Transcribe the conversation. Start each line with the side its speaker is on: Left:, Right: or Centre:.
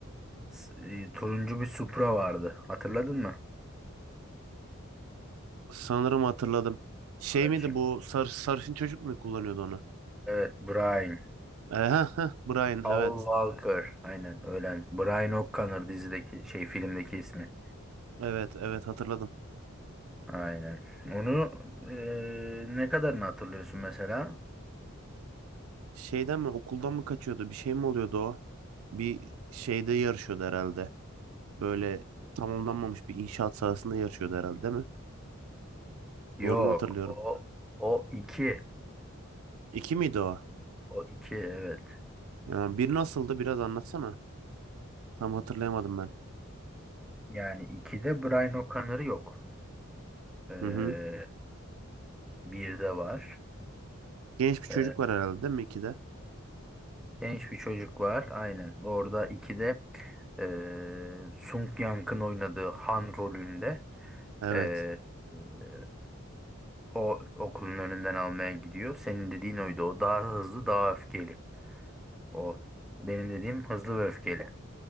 Centre: s- e, turuncu bir Supra vardı. Hatırladın mı?
Right: Sanırım hatırladım. Şey
Centre: Açık.
Right: miydi bu sar, sarışın çocuk mu kullanıyordu onu?
Centre: Evet, Brian.
Right: E, heh, heh, Brian evet.
Centre: Paul Walker. Aynen ölen. Brian O'Connor dizideki şey filmdeki ismi.
Right: Evet evet hatırladım.
Centre: Aynen. Onu eee, ne kadarını hatırlıyorsun mesela?
Right: Şeyden mi okuldan mı kaçıyordu? Bir şey mi oluyordu o? Bir şeyde yarışıyordu herhalde. Böyle tamamlanmamış bir inşaat sahasında yarışıyordu herhalde değil mi?
Centre: Yok.
Right: Doğru mu hatırlıyorum?
Centre: O, o iki.
Right: İki miydi o?
Centre: O iki evet.
Right: Ya bir nasıldı biraz anlatsana. Tam hatırlayamadım ben.
Centre: Yani ikide Brian O'Connor'ı yok. Eee
Right: Hı hı.
Centre: birde var.
Right: Genç bir çocuk
Centre: Eee,
Right: var herhalde değil mi ikide?
Centre: genç bir çocuk var. Aynen. Orada ikide eee Sung Yang'ın oynadığı Han rolünde
Right: Evet.
Centre: eee eee, O okulun önünden almaya gidiyor. Senin dediğin oydu. O daha hızlı, daha öfkeli. O. Benim dediğim hızlı ve öfkeli.